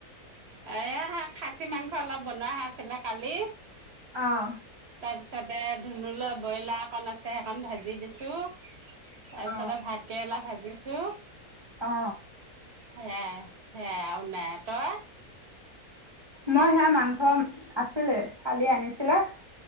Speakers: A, on the right; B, on the right.
A: এ খাচী মাংস অলপ বনোৱা হৈ আছিলে কালি
B: অ',
A: তাৰ পিছতে ধুনুুলে ব্ৰইলাৰ অকন আছে সেইকন ভাজি দিছো। তাৰ
B: অ
A: পিছতে ভাতকেৰেলা ভাজি- ছো।
B: অ
A: সেয়াই সেয়াই আৰু নাই, তই
B: মই সেয়া মাংস আছিলে কালি আনিছিলে-